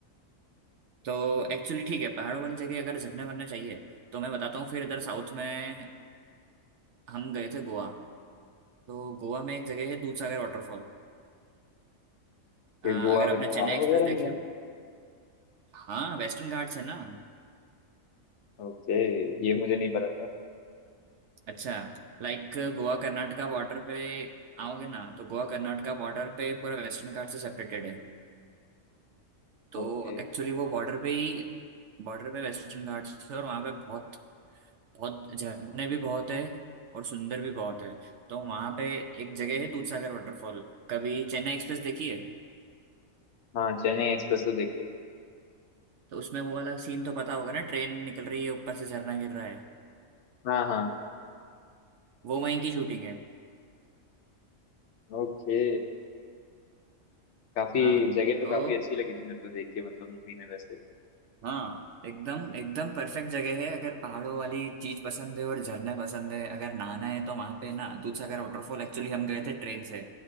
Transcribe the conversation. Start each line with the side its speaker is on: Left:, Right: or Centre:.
Right: तो एक्चुअली ठीक है पहाड़ों वाली जगह अगर झरने वरने चाहिए तो मैं बताता हूँ फिर इधर साउथ में हम गए थे गोवा तो गोवा में एक जगह है दूधसागर वाटरफॉल
Left: फिर
Right: अ,
Left: गोवा
Right: अगर
Left: में
Right: आपने
Left: पहाड़
Right: चेन्नई
Left: वगैरह
Right: एक्सप्रेस देखी
Left: भी है
Right: होगी हाँ वेस्टर्न घाट्स है ना
Left: ओके ये मुझे नहीं पता था
Right: अच्छा लाइक गोवा कर्नाटका बॉर्डर पे आओगे ना तो गोवा कर्नाटका बॉर्डर पे पूरा वेस्टर्न घाट से सेपरेटेड है तो
Left: ओके
Right: एक्चुअली वो बॉर्डर पे ही बॉर्डर पे वेस्टर्न घाट्स है और वहाँ पे बहुत बहुत झरने भी बहुत है और सुंदर भी बहुत है तो वहाँ पे एक जगह है दूधसागर वाटरफॉल कभी चेन्नई एक्सप्रेस देखी है
Left: हाँ चेन्नई एक्सप्रेस तो देखी है मैंने
Right: तो उसमें वो वाला सीन तो पता होगा ना ट्रेन निकल रही है ऊपर से झरना गिर रहा है
Left: हाँ हाँ
Right: वो वहीं की शूटिंग है
Left: ओके काफी
Right: हाँ
Left: जगह तो
Right: तो
Left: काफी अच्छी लगी थी मेरे को देख के मतलब मूवी में वैसे
Right: हाँ एकदम एकदम परफेक्ट जगह है अगर पहाड़ों वाली चीज पसंद है और झरने पसंद है अगर नहाना है तो वहां पे ना दूधसागर वाटरफॉल एक्चुअली हम गए थे ट्रेन से